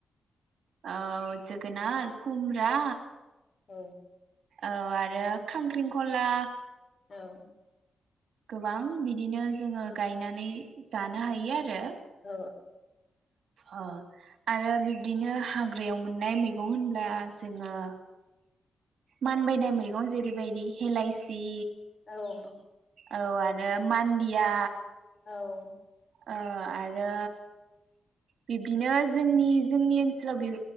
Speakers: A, on the right (about 80°); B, on the left (about 45°).
A: औ जोगोनार खुमब्रा
B: औ
A: औ आरो खांख्रिंखला
B: औ
A: गोबां बिदिनो जोङो गायनानै जानो हायो आरो।
B: औ
A: अ आरो बिब्दिनो हाग्रायाव मोननाय मैगं होनब्ला जोङो मानबायनाय मैगं जेरैबायदि हेलायसि
B: औ
A: औ आरो मान्दिया
B: औ
A: अ आरो बिब्दिनो जोंनि जोंनि ओनसोलाव बि